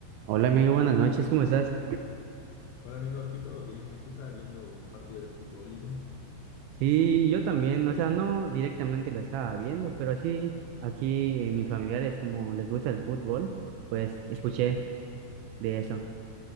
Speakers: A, on the right; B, on the left.
A: Hola amigo, buenas noches, ¿cómo estás?
B: Hola amigo, aquí todo bien. Aquí estaba viendo un partido de fútbol y tú.
A: Sí, yo también, o sea, no directamente lo estaba viendo, pero sí, aquí en mis familiares, como les gusta el fútbol, pues escuché de eso.